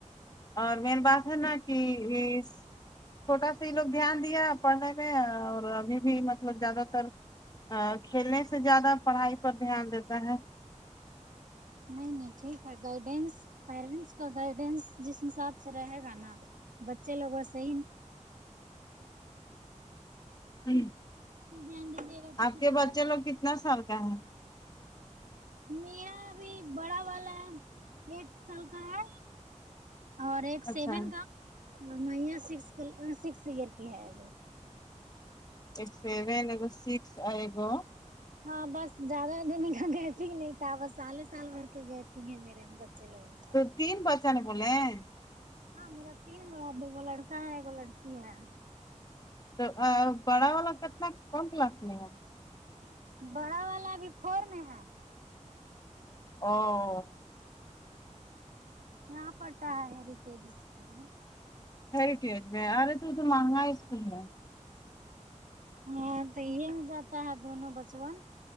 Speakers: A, on the left (about 30°); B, on the right (about 85°).
A: اور مین بات ہے نا کہ اس چھوٹا سا ہی لوگ دھیان دیا پڑھنے میں اور ابھی بھی مطلب زیادہ تر ا کھیلنے سے زیادہ پڑھائی پر دھیان دیتا ہے
B: نہیں نہیں ٹھیک ہے گائیڈینس پیرنٹس کا گائیڈینس جس حساب سے رہے گا نا بچے لوگو ویسے ہی
A: ہ
B: دھیان دیجیے گا تو
A: آپ
B: پھر
A: کے
B: دقت
A: بچے لوگ کتنا سال کا ہے
B: میرا ابھی بڑا والا ہے آئٹ سال کا ہے اور ایک سیون
A: اچھا
B: کا اور میاس سکس ایئر کی ہے ابھی
A: ایک سیون ایگ سکس ہے گو
B: ہاں بس زیادہ دن کا گیپ ہی نہیں تھا بس سالے سال مر کے گیپ ہی ہیں میرے تین بچے لوگ ہیں
A: تو تین پچا نے بولیں
B: ہاں میرا تین کہ وہ لڑکا ہے لڑکی ہے
A: تو ا بڑا والا کتنا کم کلاس میں ہے
B: بڑا والا ابھی فور میں ہے
A: او
B: یہاں پڑھتا ہے ہیریٹیج اسکول میں
A: ہیریٹیج میں ارے یہ تو مہنگا اسکول ہے
B: ہاں تو یہ میں جاتا ہے دونوں بچون